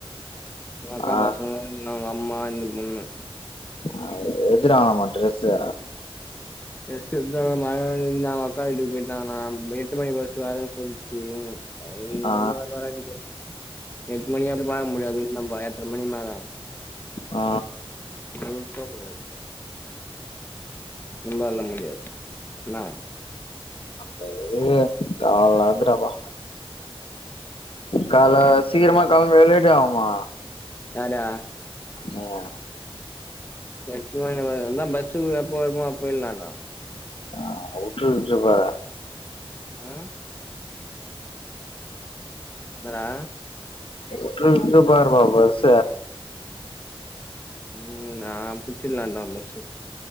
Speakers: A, on the left; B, on the left.
A: இவ்ங்க அக்கா
B: ஆ
A: பசங்க இன் அவ்ங்க அம்மா இந்த பொண்ணு
B: அது எடுத்துட்டாங்களாமா டிரெஸ்ஸ
A: டிரெஸ் எட்த்து அங்க மழ வருதுன்து அவ்ங்க அக்கா வீட்டுக்கு போய்ட்டாங்களா எட்டு மணி பஸ்ஸு வரேன் சொல்லுச்சு அது
B: ஆ
A: வந்த மார்தா இன்னைக்கு எட்டு மணி வரியு பாக்க முடியாது நம்ப எட்ர மணி மேல
B: ஆ
A: இன்னொர்த்தர்வ இனி வர்லா முடியாது இன்ன
B: நம்ம எதுக்கு தேவ இல்லாதுடா பா கால்ல
A: ஆ
B: சீக்கிரமா கெளம்வியா லேட்டாகுமா
A: வார்யா
B: நீவாரா
A: எட்டு மணிவரன்னா பஸ்ஸு எப்போ வருமோ அப்போய்ர்லாண்டா
B: ஆ உட்ற கிட்ற போற
A: ம் என்னடா
B: உட்ற கிட்ற போறப்பா பஸ்ஸ
A: ம் நான் பிச்சிலாந்தா பஸ்ஸு